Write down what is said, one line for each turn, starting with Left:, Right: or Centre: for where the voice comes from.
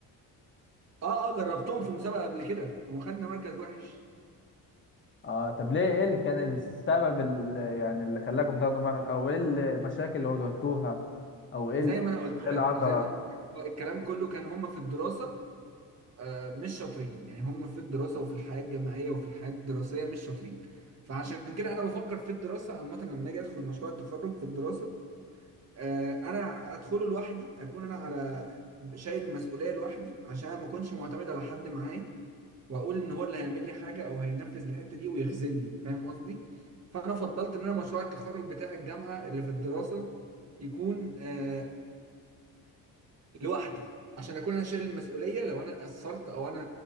Right: اه اه جربتهم في مسابقه قبل كده وخدنا مركز وحش
Left: اه طب ليه ايه اللي كان السبب اللي يعني اللي خلاكم تاخدوا معهد او ايه المشاكل اللي واجهتوها او ايه
Right: زي
Left: اللي
Right: ما انا قلت
Left: إيه
Right: لك
Left: اللي عطل
Right: زي ما انا قلت لك الكلام كله كان هم في الدراسه آه، مش شاطرين يعني هم في الدراسة وفي الحياة الجامعية وفي الحياة الدراسية مش شاطرين فعشان كده انا بفكر في الدراسة عامة لما اجي ادخل مشروع التخرج في الدراسة آه، انا ادخله لوحدي اكون انا على شايل المسؤولية لوحدي عشان ما اكونش معتمد على حد معايا واقول ان هو اللي هيعمل لي حاجة او هينفذ الحتة دي ويخزني فاهم قصدي فانا فضلت ان انا مشروع التخرج بتاع الجامعة اللي في الدراسة يكون آه، لوحدي عشان اكون انا شايل المسؤوليه لو انا قصرت او انا